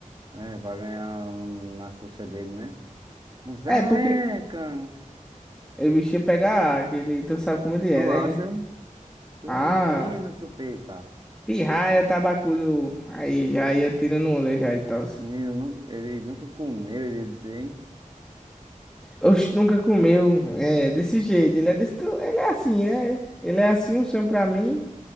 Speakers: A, on the right (about 35°); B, in the centre.
A: É, pra ganhar um, na coxa dele, né? Um Zeca!
B: É, porque o bicho ia pegar aquele, tu sabe como ele
A: Tu
B: é,
A: acha?
B: né?
A: É,
B: Ah.
A: menino, chupeta.
B: Pirraia, tabacudo, aí já ia tirando onda já e tal.
A: Menino, nu- ele nunca comeu, ele ia dizer, hein?
B: Oxe, nunca comeu, é, desse jeito, ele é desse, tu- ele é assim, né? Ele é assim, um sonho pra mim,